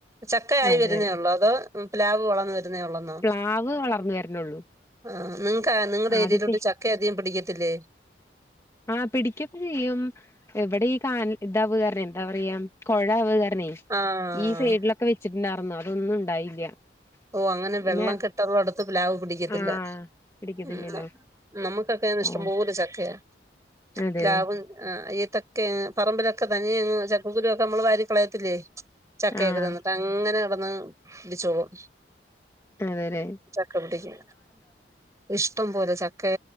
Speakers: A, on the right (about 20°); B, on the left (about 15°).
A: ചക്ക ആയി
B: അതെ
A: വരുന്നേള്ളോ അതോ? പ്ലാവ് വളർന്ന വരുന്നേള്ളന്നോ?
B: പ്ലാവ് വളർന്ന വരണള്ളൂ.
A: ആഹ് നിങ്ങക്ക് നിങ്ങളുടെ
B: ആദ്യത്തെ
A: ഏരയയിലോട്ട് ചക്ക അധികം പിടിക്കത്തില്ലേ?
B: ആഹ പിടിക്കൊക്കെ ചെയ്യും എവിടെ <unintelligible> എന്താ പറയാ കുഴ അവകരണേ
A: ആഹ്
B: ഈ സൈഡിലൊക്കെ വെച്ചിട്ടുണ്ടായിന്നോ അതൊന്നും ഉണ്ടായില്ല-
A: ഓ അങ്ങനെ
B: പിന്നെ
A: വെള്ളം കെട്ടറുള്ള അടുത്ത് പ്ലാവ് പിടിക്കത്തില്ല.
B: ആഹ് പിടിക്കത്തില്ലല്ലോ
A: ഉം നമുക്കൊക്കെ ഇഷ്ടം
B: ഓ
A: പോലെ ചക്കയാ
B: അതെ
A: പ്ലാവും ഈത്ത ക്കെ പറമ്പിലൊക്കെ തനിയെ അങ്ങ് ചക്കക്കുരു ഒക്കെ നമ്മള് വാരിക്കളയത്തില്ലേ. ചക്കയൊക്കെ
B: ആഹ്
A: തിന്നിട്ട് അങ്ങനെ കിടന്ന് പിടിച്ചോളും
B: അതെല്ലേ
A: ചക്ക പിടിക്ക ഇഷ്ടം പോലെ ചക്ക